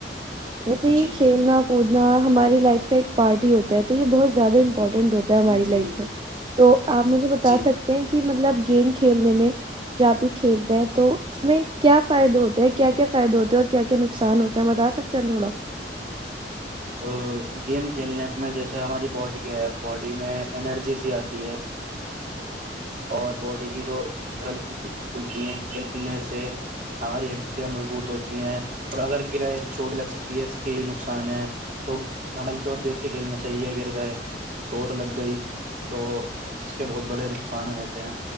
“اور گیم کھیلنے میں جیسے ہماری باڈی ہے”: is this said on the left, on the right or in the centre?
Right